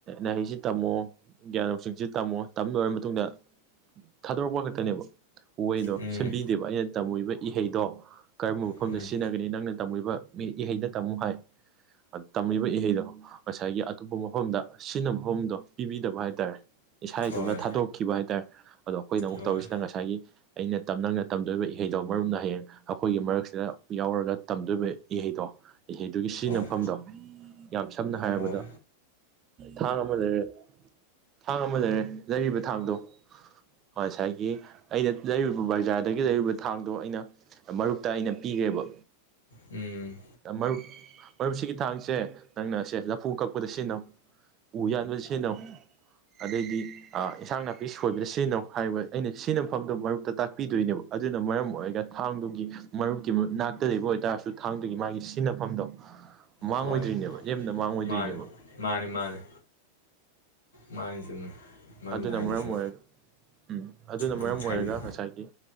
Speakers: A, on the right; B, on the left.
A: ꯅꯍꯩꯁꯦ ꯇꯝꯃꯣ ꯒ꯭ꯌꯥꯟ ꯂꯧꯁꯤꯡꯁꯤ ꯇꯝꯃꯣ ꯇꯝ ꯂꯣꯏꯔ ꯃꯇꯨꯡꯗ ꯊꯥꯗꯣꯔꯛꯄ ꯈꯛꯇꯅꯦꯕ ꯎꯍꯩꯗꯣ
B: ꯎꯝ
A: ꯁꯦꯝꯕꯤꯗꯦꯕ ꯑꯩꯅ ꯇꯝꯃꯨꯕ ꯏꯍꯩꯗꯣ ꯀꯔꯝꯕ ꯃꯐꯝꯗ
B: ꯎꯝ
A: ꯁꯤꯖꯤꯟꯅꯒꯅꯤ ꯅꯪꯅ ꯇꯝꯃꯨꯔꯤꯕ ꯃꯤ ꯏꯍꯩꯗ ꯇꯝꯃꯨ ꯍꯥꯏ ꯇꯝꯃꯤꯕ ꯏꯍꯩꯗꯣ ꯉꯁꯥꯏꯒꯤ ꯑꯇꯣꯞꯄ ꯃꯐꯝꯗ ꯁꯤꯖꯤꯟꯅꯕ ꯃꯐꯝꯗꯣ ꯄꯤꯕꯤꯗꯕ ꯍꯥꯏ ꯇꯥꯔꯦ ꯏꯁꯥ
B: ꯍꯣꯏ
A: ꯏꯇꯣꯝꯇ ꯊꯥꯗꯣꯛꯈꯤꯕ ꯍꯥꯏ ꯇꯥꯔꯦ ꯑꯗꯣ ꯑꯩꯈꯣꯏꯅ ꯑꯃꯨꯛ
B: ꯍꯣꯏ
A: ꯇꯧꯔꯤꯁꯤꯅ ꯉꯁꯥꯏꯒꯤ ꯑꯩꯅ ꯇꯝ ꯅꯪꯅ ꯇꯝꯗꯣꯏꯕ ꯏꯍꯩꯗꯣ ꯃꯔꯨꯝꯅ ꯍꯌꯦꯡ ꯑꯩꯈꯣꯏꯒꯤ ꯃꯔꯛꯁꯤꯗ ꯌꯥꯎꯔꯒ ꯇꯝꯗꯣꯏꯕ ꯏꯍꯩꯗꯣ ꯏꯍꯩꯗꯨꯒꯤ ꯁꯤꯖꯤꯟꯅꯐꯝꯗꯣ
B: ꯍꯣꯏ
A: ꯌꯥꯝ ꯁꯝꯅ ꯍꯥꯏꯔꯕꯗ
B: ꯍꯣꯏ
A: ꯊꯥꯡ ꯑꯃ ꯂꯩꯔꯦ ꯊꯥꯡ ꯑꯃ ꯂꯩꯔꯦ ꯂꯩꯔꯤꯕ ꯊꯥꯡꯗꯣ ꯉꯁꯥꯏꯒꯤ ꯑꯩꯅ ꯂꯩꯔꯨꯕ ꯕꯖꯥꯔꯗꯒꯤ ꯂꯩꯔꯨꯕ ꯊꯥꯡꯗꯣ ꯑꯩꯅ ꯃꯔꯨꯞꯛꯇ ꯑꯩꯅ ꯄꯤꯒꯔꯦꯕ
B: ꯎꯝ
A: ꯃꯔꯨꯞ ꯃꯔꯨꯞꯁꯤꯒꯤ ꯊꯥꯡꯁꯦ ꯅꯪꯅꯁꯦ ꯂꯐꯨ ꯀꯛꯄꯗ ꯁꯤꯖꯤꯟꯅꯧ ꯎ ꯌꯥꯟꯕꯗ ꯁꯤꯖꯤꯟꯅꯧ ꯑꯗꯩꯗꯤ ꯏꯟꯁꯥꯡ ꯅꯥꯄꯤ ꯁꯣꯏꯕꯗ ꯁꯤꯖꯤꯟꯅꯧ ꯍꯥꯏꯔꯤꯕ ꯑꯩꯅ ꯁꯤꯖꯤꯟꯅꯐꯝꯗꯣ ꯃꯔꯨꯞꯇ ꯇꯥꯛꯄꯤꯗꯣꯏꯅꯦꯕ ꯑꯗꯨꯅ ꯃꯔꯝ ꯑꯣꯏꯔꯒ ꯊꯥꯡꯗꯨꯒꯤ ꯃꯔꯨꯞꯀꯤ ꯃ ꯅꯥꯛꯇ ꯂꯩꯕ ꯑꯣꯏꯇꯥꯥꯔꯁꯨ ꯊꯥꯡ ꯗꯨꯒꯤ ꯃꯥꯒꯤ ꯁꯤꯟꯅꯐꯝꯗꯣ ꯃꯥꯡꯉꯣꯏꯗ꯭ꯔꯤꯅꯦꯕ
B: ꯍꯣꯏ
A: ꯂꯦꯝꯅ ꯃꯥꯡꯉꯣꯏꯗ꯭ꯔꯤꯅꯦꯕ
B: ꯃꯥꯅꯤ ꯃꯥꯅꯤ ꯃꯥꯅꯤ ꯃꯥꯅꯤ ꯆꯨꯝꯃꯤ ꯃꯔꯨꯞꯅ
A: ꯑꯗꯨꯅ
B: ꯍꯥꯏꯗꯨꯁꯨ
A: ꯃꯔꯝ ꯑꯣꯏꯔꯒ ꯎꯝ ꯑꯗꯨꯅ
B: ꯎꯝ
A: ꯃꯔꯝ ꯑꯣꯏꯔꯒ
B: ꯍꯥꯏꯕꯤꯌꯨ
A: ꯉꯁꯥꯏꯒꯤ